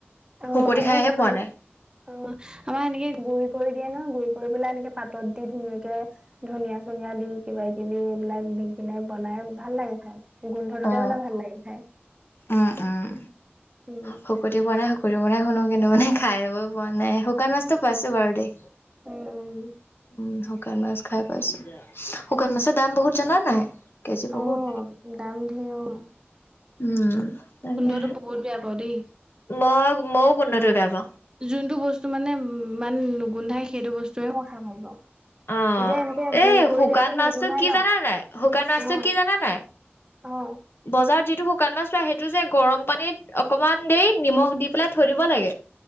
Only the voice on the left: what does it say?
শুকতি খাইহে
পোৱা নাই।
অ'
উম, উম,
শুকতি বনাই শুকতি বনাই হলোঁ কিন্তু মানে খাই-বৈ পোৱা নাই, শুকান মাছতো পাইছোঁ বাৰু দেই।
উম, শুকান মাছ খায় পাইছো। শুকান মাছৰ দাম বহুত জানা না নাই? কেজি বহুত,
উম তাকে,
মই মইওঁ গোন্ধটো বেয়া পাওঁ।
অ
এই
শুকান
মাছটো
<inaudible>
কি জানা নাই
বজাৰত যিটো শুকান মাছ পায় সেইটো যে, গৰম পানীত অকণমান দেৰি নিমখ দি পেলাই থৈ দিব লাগে।